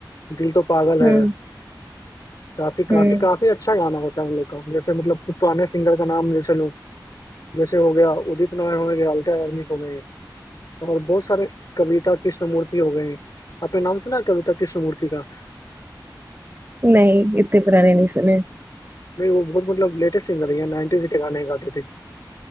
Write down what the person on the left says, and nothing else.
दिल तो पागल
है काफी काफी
काफी अच्छा गाना होता है उन लोग का जैसे मतलब कुछ पुराने सिंगर का नाम जैसे लूँ जैसे हो गया उदित नारायण हो गया अलका याग्निक हो गए और बहुत सारे कविता कृष्णमूर्ति हो गए आपने नाम सुना है कविता कृष्णमूर्ति का
नहीं वो बहुत मतलब लेटेस्ट सिंगर है नाइनटीज के गाने गाते थे